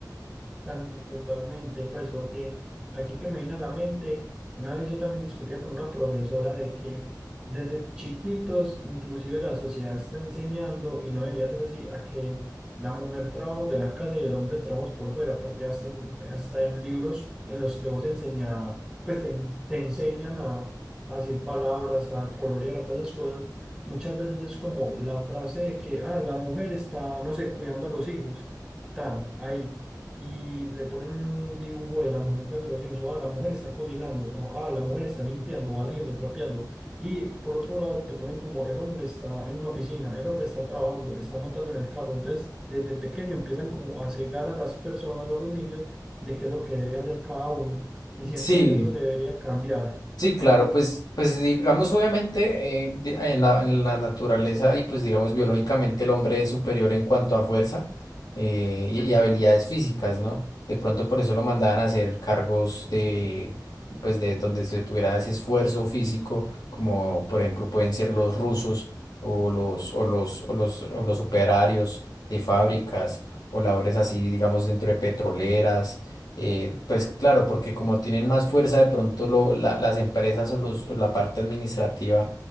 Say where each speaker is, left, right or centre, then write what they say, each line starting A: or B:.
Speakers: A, in the centre; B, on the left (about 70°).
A: Santi, totalmente, pues porque aquí que me vino a la mente, una vez yo también discutía con una profesora de que desde chiquitos inclusive la sociedad está enseñando, y no debería ser así, a que la mujer trabaja de la casa y el hombre trabaja por fuera, porque hasta en, hasta en libros en los que vos enseña, pues te, te enseñan a, a decir palabras, a colorear, a todas esas cosas, muchas veces es como la frase de que, ah, la mujer está, no sé, cuidando a los hijos, tan ahí y le ponen un dibujo de la mujer cuidando a los hijos, o ah, la mujer está cocinando, o ah, la mujer está limpiando, barriendo, trapeando. Y por otro lado te ponen como el hombre está en una oficina, el hombre está trabajando, está montando en el carro. Entonces, desde pequeño empiezan como a cegar a las personas o a los niños de qué es lo que debe hacer cada uno. Y siento
B: Sí,
A: que eso debería cambiar.
B: Sí,
A: Dime.
B: claro, pues, pues digamos, obviamente, eh, di- en la, en la naturaleza y pues digamos biológicamente el hombre es superior en cuanto a fuerza eh, y, y habilidades físicas, ¿no? De pronto por eso lo mandaban a hacer cargos de, pues de donde se tuviera ese esfuerzo físico, como por ejemplo pueden ser los rusos o los, o los, o los, o los operarios de fábricas o labores así, digamos, dentro de petroleras eh, pues claro, porque como tienen más fuerza, de pronto lo- la- las empresas o, los- o la parte administrativa,